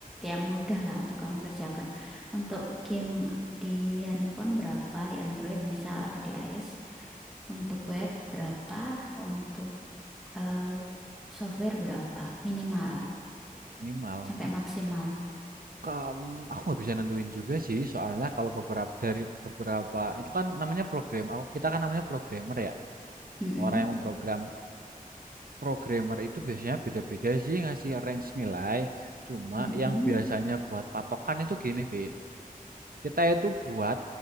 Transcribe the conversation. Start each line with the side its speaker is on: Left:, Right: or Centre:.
Centre: yang mudah lah untuk kamu kerjakan. Untuk game di handphone berapa, di Android misal atau di iOS, untuk web berapa, untuk eh, software berapa, minimal
Right: Minimal.
Centre: sampai
Right: Eh,
Centre: maksimal.
Right: Kam- aku nggak bisa nentuin juga sih, soalnya kalau beberapa dari beberapa itu kan namanya program. Aku kita kan namanya programmer ya.
Centre: Mm-mm,
Right: Orang yang memprogram programmer itu biasanya beda-beda sih ngasih range nilai. Cuma
Centre: mm-mm.
Right: yang biasanya buat patokan itu gini, Vin. Kita itu buat